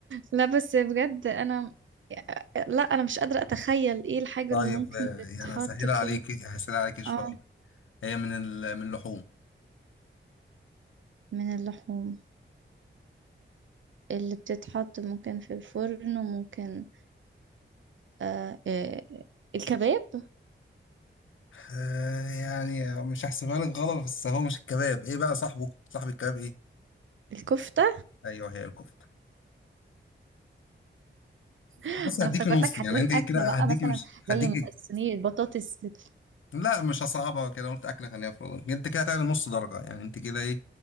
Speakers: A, on the right; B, on the left.
A: لا بس بجد أنا لا أنا مش قادرة أتخيل إيه الحاجة
B: طيب
A: اللي ممكن
B: آه، يعني
A: تتحط
B: هسهلها
A: كده
B: عليك هسهلها عليك شوية
A: آه
B: هي من ال... من اللحوم
A: من اللحوم اللي بتتحط ممكن في الفرن وممكن آه آه الكباب
B: آه، يعني مش هحسبها لك غلط بس هو مش الكباب ايه بقى صاحبه صاحب الكباب ايه
A: الكفتة
B: ايوه هي الكفتة
A: انا
B: بص هديك
A: افتكرتك
B: نص
A: هتقول
B: يعني انت كده
A: اكله بقى
B: هديك
A: مثلا
B: مش
A: زي
B: هديك
A: م- صينيه بطاطس بت-
B: لا مش هصعبها كده قلت اكل خليها في رمضان انت كده هتعلي نص درجة يعني انت كده ايه